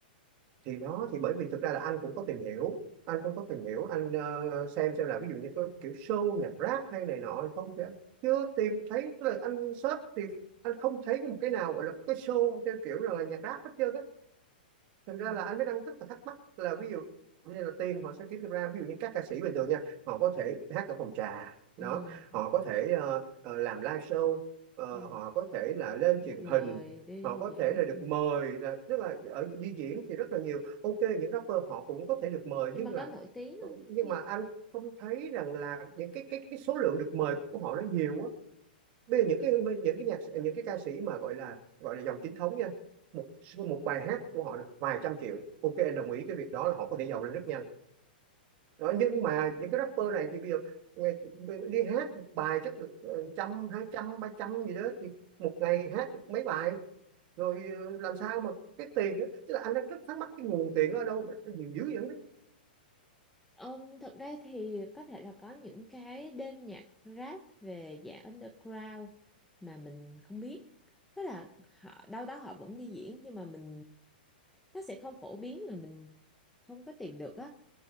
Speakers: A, on the right; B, in the centre.
A: thì đó thì bởi vì thực ra là anh cũng có tìm hiểu anh cũng có tìm hiểu anh ờ, xem xem là ví dụ như cái kiểu show nhạc rap hay này nọ không thì anh chưa tìm thấy tức là anh search thì anh không thấy một cái nào gọi là cái show theo kiểu là nhạc rap hết trơn á thành ra
B: ừ.
A: là anh mới đang rất là thắc mắc là ví dụ như là tiền họ sẽ kiếm được ra ví dụ như các ca sĩ bình thường nha họ có thể hát ở phòng trà
B: Ừ.
A: đó họ có thể ờ, ờ, làm live show ờ,
B: Ừ.
A: họ có thể là lên
B: được
A: truyền
B: mời
A: hình
B: đi
A: họ có
B: diễn
A: thể là được
B: ừ.
A: mời là tức là ở đi diễn thì rất là nhiều ok những rapper họ cũng có thể được mời
B: nhưng
A: nhưng
B: mà
A: là
B: có nổi tiếng không
A: nhưng
B: Huy?
A: mà anh không thấy rằng là những cái cái cái số lượng được mời của họ nó nhiều á bây giờ những cái những cái nhạc những cái ca sĩ mà gọi là gọi là dòng chính thống nha một một bài hát của họ được vài trăm triệu ok em đồng ý cái việc đó là họ có thể giàu lên rất nhanh đó, nhưng mà những cái rapper này thì bây giờ ngày- đi hát một bài chắc được ờ, trăm hai trăm ba trăm gì đó thì một ngày hát được mấy bài rồi ờ, làm sao mà cái tiền á, tức là anh đang rất thắc mắc cái nguồn tiền ở đâu mà nó nhiều dữ vậy không biết.
B: Ông thật ra thì có thể là có những cái đêm nhạc rap về dạng underground mà mình không biết. Tức là họ đâu đó họ vẫn đi diễn nhưng mà mình nó sẽ không phổ biến là mình không có tìm được á.